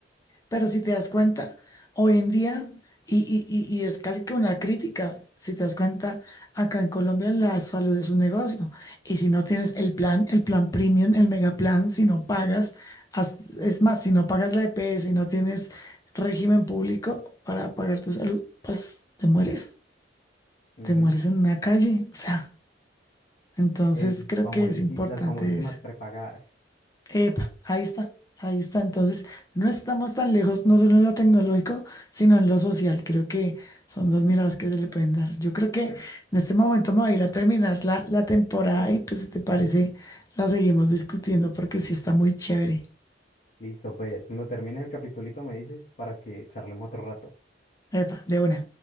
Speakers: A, on the left (about 20°); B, on the left (about 45°).
A: Pero si te das cuenta, hoy en día, y, y- y- y es casi que una crítica, si te das cuenta, acá en Colombia la salud es un negocio. Y si no tienes el plan, el plan premium, el mega plan, si no pagas, haz- es más, si no pagas la EPS y no tienes régimen público para pagar tu salud, pues te mueres,
B: Ujú.
A: te mueres en una calle. O sea, entonces
B: El
A: creo
B: famosísi-
A: que es importante
B: las famosísimas
A: eso.
B: prepagadas.
A: Epa, ahí está, ahí está. Entonces, no estamos tan lejos, no solo en lo tecnológico, sino en lo social. Creo que son dos miradas que se le pueden dar. Yo creo que en este momento me voy a ir a terminar la, la temporada y pues si te parece, la seguimos discutiendo porque sí está muy chévere.
B: Listo, pues, cuando termine el capitulito me dices para que charlemos otro rato.
A: Epa, de una.